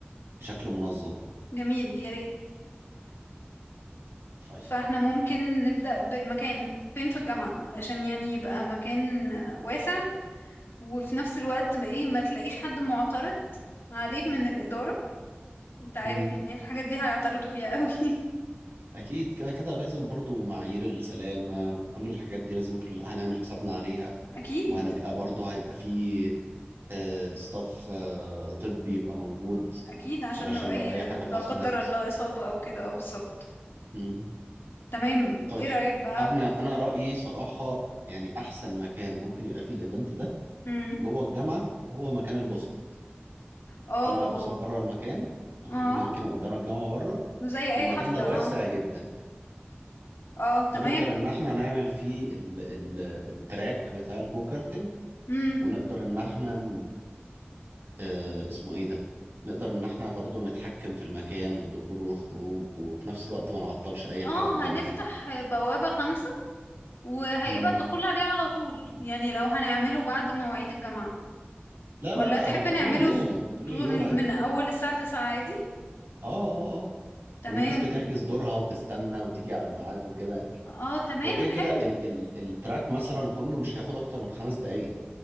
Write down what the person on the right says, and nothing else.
بشكل منظم
طيب
امم
اكيد كده كده لازم برضو معايير السلامه وكل الحاجات دي لازم كلها هنعمل حسابنا عليها
وهنبقى برضو هيبقى فيه ستاف طبي يبقى موجود
علشان
لو اي حاجة
حصلت
مم.
طيب
احنا انا رأيي صراحة يعني احسن مكان ممكن يبقى فيه الايفنت ده
جوه الجامعة هو مكان الباصات
طلع
الباصات بره المكان نخليهم
يركنوا قدام الجامعة بره
والمكان
ده
واسع جدا
فنقدر ان احنا نعمل فيه ال ال التراك بتاع الجو كارتنج
ونقدر ان احنا آه، اسمه ايه ده نقدر ان احنا برضو نتحكم في المكان والدخول والخروج وفي نفس الوقت ما نعطلش اي
حاجة في الجامعة
يعني
مم.
لا
لا لا
هيبقى
طول اليوم
طول
اليوم عادي
اه اه اه
والناس بتحجز دورها وتستنى وتيجي على الميعاد وكده يعني
هو كده كده
ال ال التراك مثلا كله مش هياخد اكتر من خمس دقايق